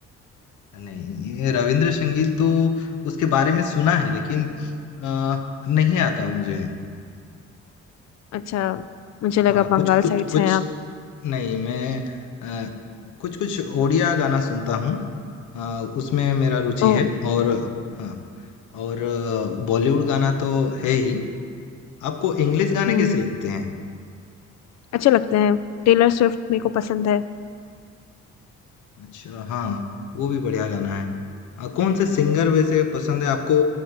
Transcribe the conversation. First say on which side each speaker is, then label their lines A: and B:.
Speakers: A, on the left (about 75°); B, on the left (about 60°).
A: नहीं ये रविंद्र संगीत तो उसके बारे में सुना है लेकिन अ, नहीं आता मुझे
B: अच्छा मुझे
A: हाँ
B: लगा बंगाल
A: कुछ कुछ
B: साइड से
A: कुछ
B: हैं आप
A: नहीं मैं अ, कुछ कुछ ओडिया गाना सुनता हूँ अ, उसमें मेरा रुचि
B: ओ
A: है और हाँ और बॉलीवुड गाना तो है ही आपको इंग्लिश गाने
B: हम्म
A: कैसे लगते हैं
B: अच्छे लगते हैं टेलर स्विफ्ट मेरे को पसंद है
A: अच्छा हाँ वो भी बढ़िया गाना है आ, कौन से सिंगर वैसे पसंद है आपको